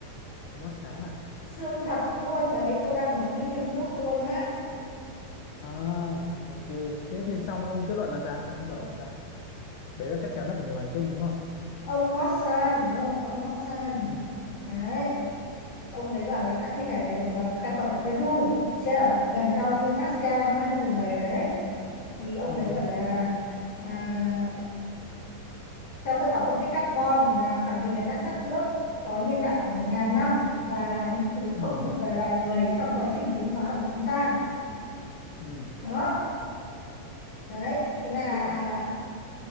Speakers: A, on the left; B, on the left.
A: không phát sáng à
B: xương thật luôn đấy tôi đang nói một cái nghiêm túc luôn á
A: À, ok. Thế thì xong ông kết luận là sao? Ông bảo là sao? Đấy là chắc chắn là của người ngoài hành tinh đúng không?
B: ông Mossan đúng không ông Mossan
A: Ừ.
B: đấy ông đấy bảo là các thi thể này được là khai quật ở Peru chưa gần cao nguyên Nazca năm 2017 đấy thì ông
A: Ừ.
B: đấy bảo là à, Theo kết quả phân tích carbon là khẳng định là các xác ướp có niên đại khoảng một 000 năm và là những thứ
A: Ừ.
B: không thuộc về loài người trong quá trình tiến hóa của chúng ta.
A: Ừ.
B: Đó, đấy, thế là
A: Tức là